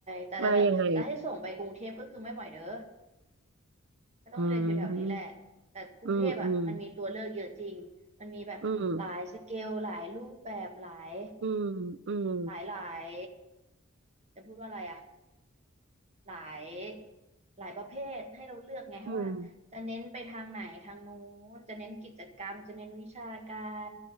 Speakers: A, on the right; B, on the right.
A: แต่แบบจะให้ส่งไปกรุงเทพก็คือไม่ไหวเด้อ
B: ว่ายังไง
A: ก็ต้องเรียนอยู่แถวนี้แหละ
B: อืม
A: แต่กรุงเทพอ่ะมันมีตัวเลือกเยอะจริงมันมีแบบหลายสเกลหลายรูปแบบหลาย
B: อืมอืมอืมอืมอืม
A: หลายหลายจะพูดว่าอะไรอ่ะ หลายหลายประเภทให้เราเลือกไงคะว่าจะเน้นไปทางไหนทางนู้นจะเน้นกิจกรรมจะเน้นวิชาการ
B: อืม